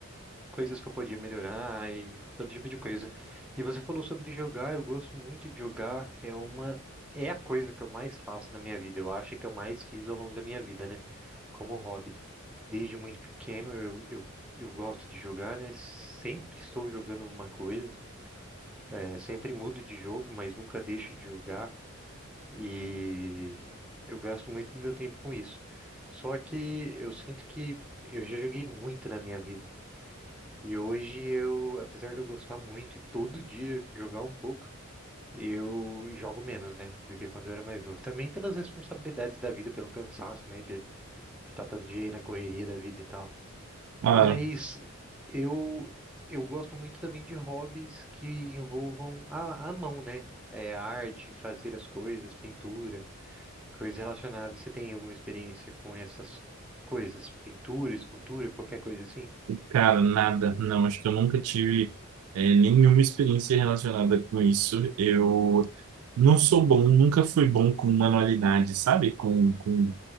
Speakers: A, in the centre; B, on the right (about 80°).
A: Coisas que eu podia melhorar e todo tipo de coisa. E você falou sobre jogar, eu gosto muito de jogar, é uma. É a coisa que eu mais faço na minha vida, eu acho que eu mais fiz ao longo da minha vida, né? Como hobby. Desde muito pequeno eu, eu, eu gosto de jogar, né? Sempre estou jogando alguma coisa. É, sempre mudo de jogo, mas nunca deixo de jogar. E eu gasto muito do meu tempo com isso. Só que eu sinto que eu já joguei muito na minha vida. E hoje eu, apesar de eu gostar muito e todo dia jogar um pouco, eu jogo menos, né? Do que quando eu era mais novo. Também pelas responsabilidades da vida, pelo cansaço, né? De estar todo dia aí na correria da vida e tal. Mas
B: Ah,
A: eu eu gosto muito também de hobbies que envolvam a, a mão, né? É arte, fazer as coisas, pintura, coisas relacionadas. Você tem alguma experiência com essas coisas? Pintura, escultura, qualquer coisa assim?
B: cara, nada, não, acho que eu nunca tive é, nenhuma experiência relacionada com isso. Eu não sou bom, nunca fui bom com manualidade, sabe? Com, com